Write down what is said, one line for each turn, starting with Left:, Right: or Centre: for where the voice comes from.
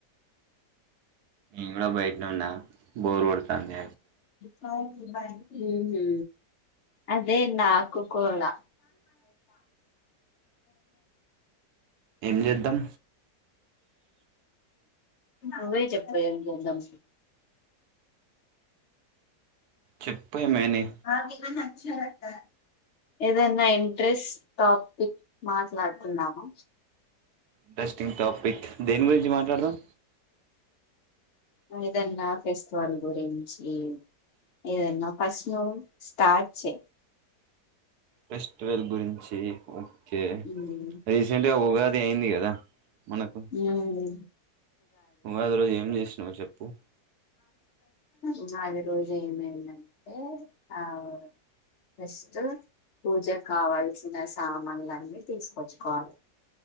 Right: నేను కూడా బయటనే ఉన్నా బోర్ కొడుతాది
Left: తా ఉహూ అదే నాకు కూడా
Right: ఏం చేద్దాం
Left: నువ్వే చెప్ప ఏంచెదాం
Right: చెప్పు ఏమైని
Left: ఆ నీకు గాని నచ్చదట ఏదన్నా ఇంట్రెస్ట్ టాపిక్ మాట్లాడుతున్నామా
Right: ఇంట్రెస్టింగ్ టాపిక్ దేని గురించి మాట్లాడదాం.
Left: ఏదన్నా ఫెస్టివల్ గురించి. ఏదన్న. ఫస్ట్ నువ్వు స్టార్ట్ చెయ
Right: ఫెస్టివల్ గురించి హు కే
Left: ఉమ్.
Right: రీసెంట్ గా ఉగాది పోయింది కదా. మనకు
Left: ఉహు
Right: ఉగాది రోజు ఏం చేసినావ్ చెప్పు పూ
Left: ఉగాది రోజు ఏమైందంటే అవ్ ఫస్ట్ పూజకి కావాల్సిన సామాన్లన్నీ తీసుకొచ్చుకోవాలి.